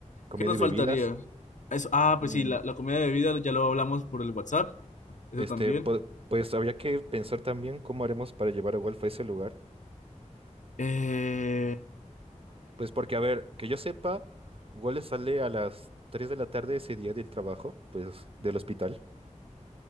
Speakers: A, on the right; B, on the left.
A: Comida
B: ¿Qué nos
A: y bebidas.
B: faltaría? Eso- ah, pues
A: Mm,
B: sí, la, la comida de bebida ya lo hablamos por el WhatsApp, eso
A: Este,
B: también.
A: po- pues habría que pensar también cómo haremos para llevar a Wolf a ese lugar.
B: Eh,
A: Pues porque, a ver, que yo sepa, Wolf sale a las 3 de la tarde ese día del trabajo, pues del hospital.